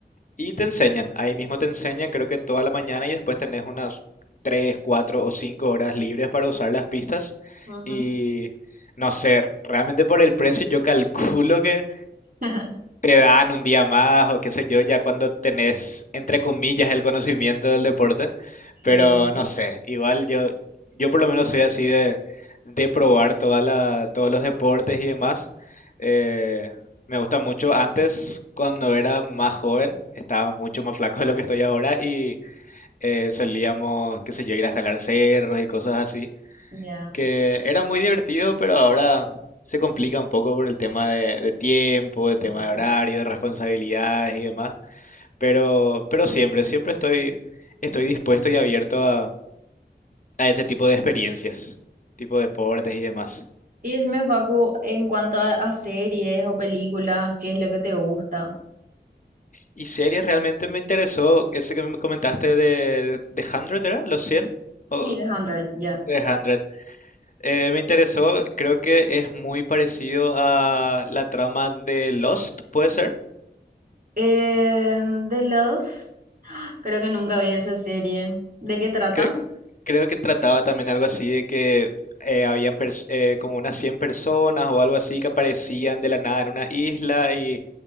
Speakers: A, on the left (about 45°); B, on the right (about 50°).
A: Y te enseñan, ahí mismo te enseñan, creo que toda la mañana y después tenés unas 3 4 o 5 horas libres para usar las pistas.
B: Ujú.
A: Y no sé, realmente por el precio yo <laughs> calculo que
B: <laughs>
A: te dan un día más o qué sé yo, ya cuando tenés, entre comillas, el conocimiento del deporte,
B: Sí,
A: pero no sé, igual yo, yo por lo menos soy así de, de probar toda la, todos los deportes y demás. Eh, me gusta mucho. Antes, cuando era más joven, estaba mucho más flaco de lo que estoy ahora y eh, solíamos, qué sé yo, ir a jalar cerros y cosas así
B: ya,
A: que era muy divertido, pero ahora se complica un poco por el tema de, de tiempo,
B: sí.
A: de tema de horario, de responsabilidades y demás. Pero, pero siempre, siempre estoy, estoy dispuesto y abierto a, a ese tipo de experiencias, tipo de deportes y demás.
B: Y decime, Facu, en cuanto a, a series o películas, ¿qué es lo que te gusta?
A: Y series realmente me interesó, ese que me comentaste de, de 100, ¿era? ¿Los 100 O
B: Sí, The Hundred ya.
A: de 100. Eh, me interesó, creo que es muy parecido a la trama de Lost, ¿puede ser?
B: Eh, de los... <gasps> Creo que nunca vi esa serie. ¿De qué trata?
A: Cre- creo que trataba también algo así de que eh, habían pers- eh, como unas 100 personas o algo así que aparecían de la nada en una isla y